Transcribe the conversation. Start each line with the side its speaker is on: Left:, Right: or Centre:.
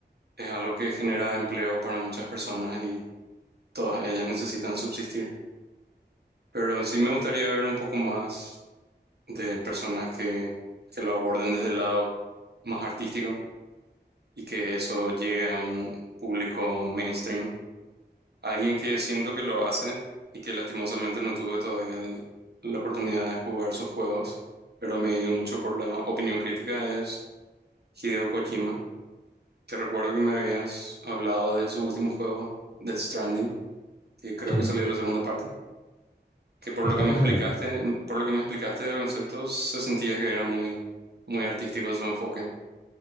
Right: es algo que genera empleo para muchas personas y todas ellas necesitan subsistir. Pero sí me gustaría ver un poco más de personas que, que lo aborden desde el lado más artístico y que eso llegue a un público mainstream. Alguien que siento que lo hace y que lastimosamente no tuve todavía el- la oportunidad de jugar sus juegos, pero me dio mucho por la opinión crítica es Hideo Kojima, que recuerdo que me habías hablado de su último juego, Death Stranding, que creo
Left: sí.
Right: que salió la segunda parte. que por
Left: Está
Right: lo que me
Left: por
Right: explicaste,
Left: salir,
Right: por lo que me explicaste del concepto, se sentía que era muy, muy artístico su enfoque.